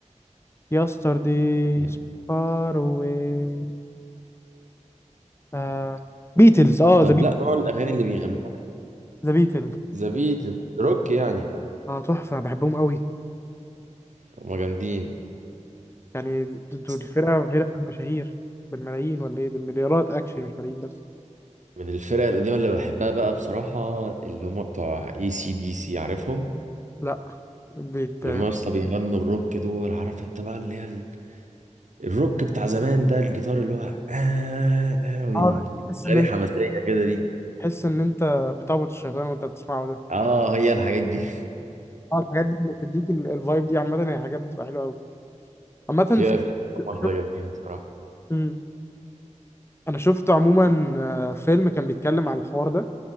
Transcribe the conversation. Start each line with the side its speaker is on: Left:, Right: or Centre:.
Left: يسترداي
Right: يعني.
Left: فار اواي آه بيتلز اه
Right: طب
Left: ذا بيتلز
Right: لا نوع الاغاني اللي بيغنوها
Left: ذا بيتلز
Right: ذا بيت الروك يعني
Left: اه تحفه انا بحبهم قوي
Right: هما جامدين
Left: يعني د-
Right: بس
Left: دول الفرقه فرقه مشاهير بالملايين ولا ايه بالمليارات اكشلي مش ملايين بس
Right: من الفرق القديمة اللي بحبها بقى بصراحة اللي هم بتوع اي سي دي سي عارفهم
Left: لا بيت
Right: اللي هم يا اسطى بيغنوا الروك دول عارف انت بقى اللي هي الروك بتاع زمان ده الجيتار اللي هو آه أوي
Left: اه تحس ان
Right: غني
Left: انت
Right: حماسية كده دي
Left: تحس ان انت بتعبد الشيطان وانت بتسمعه ده
Right: اه هي الحاجات دي
Left: اه الحاجات دي اللي بتديك ال- الفايب دي عامة هي حاجات بتبقى حلوة أوي عامة
Right: <laughs> فيها
Left: في
Right: فيها كام واحدة
Left: شو...
Right: جامدين بصراحة
Left: مم. أنا شفت عموما آه، فيلم كان بيتكلم على الحوار ده